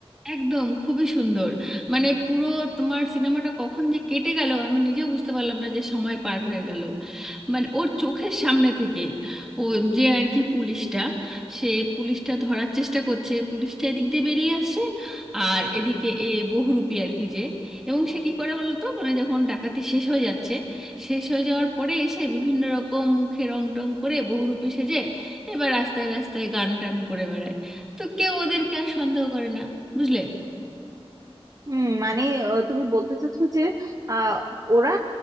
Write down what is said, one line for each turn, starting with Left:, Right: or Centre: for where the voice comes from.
Centre: একদম খুবই সুন্দর মানে পুরো তোমার সিনেমাটা কখন যে কেটে গেল আমি নিজেও বুঝতে পারলাম না যে সময় পার হয়ে গেল মানে ওর চোখের সামনে থেকে ও যে আর কি পুলিশটা সে পুলিশটা ধরার চেষ্টা করছে পুলিশটা এদিক দিয়ে বেরিয়ে আসছে আর এদিকে এ বহুরূপী আর কি যে এবং সে কি করে বলতো মানে যখন ডাকাতি শেষ হয়ে যাচ্ছে শেষ হয়ে যাওয়ার পরে এসে বিভিন্ন রকম মুখে রং টং করে বহুরূপী সেজে এবার রাস্তায় রাস্তায় গান টান করে বেড়ায় তো কেউ ওদেরকে আর সন্দেহ করে না বুঝলে
Right: হুম মানে আহ, তুমি বলতে চাচ্ছো যে আহ, ওরা